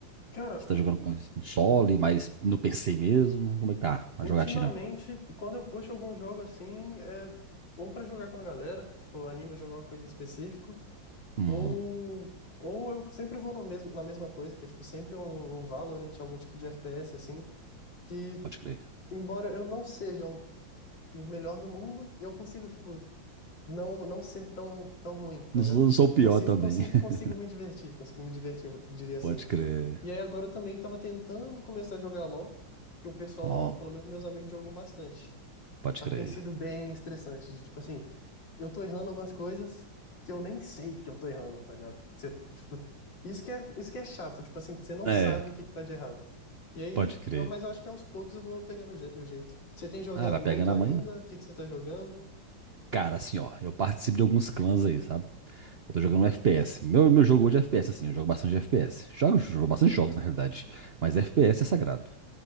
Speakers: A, on the left; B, on the right.
A: Cara,
B: Você tá jogando com console,
A: u-
B: mas no PC mesmo? Como é que tá a
A: ultimamente,
B: jogatina?
A: quando eu puxo algum jogo assim, é ou pra jogar com a galera, tipo, eu animo a jogar uma coisa em específico,
B: Hum,
A: ou ou eu sempre vou no mesmo, na mesma coisa, que é tipo sempre um, um Valorant, algum tipo de FPS assim, que
B: pode crer.
A: embora eu não seja o, o melhor do mundo, eu consigo, tipo, não não ser tão tão ruim, tá
B: Não
A: ligado?
B: sou, não sou o pior
A: Consigo,
B: também.
A: consigo,
B: <laughs>
A: consigo me divertir, consigo me divertir, eu diria assim.
B: Pode crer.
A: E aí agora eu também tava tentando começar a jogar LoL, que o pessoal,
B: Ó,
A: pelo menos meus amigos jogam bastante.
B: pode
A: Só
B: crer.
A: que tem sido bem estressante, de tipo assim, eu tô errando algumas coisas que eu nem sei que eu tô errando, tá ligado? Você, tipo, isso que é, isso que é chato, tipo assim, você não
B: É,
A: sabe o que que tá de errado. E aí,
B: pode crer.
A: eu- mas eu acho que aos poucos eu vou pegando o je- o jeito. Você tem jogado
B: Ah, vai pegando
A: muito ainda?
B: amanhã?
A: O que que você tá jogando?
B: Cara, assim, ó, eu participo de alguns clãs aí, sabe? Eu
A: Uhum,
B: tô jogando FPS. Meu, meu jogo hoje é FPS, assim. Eu jogo bastante FPS. Jogo, jogo bastante jogos, na realidade. Mas FPS é sagrado.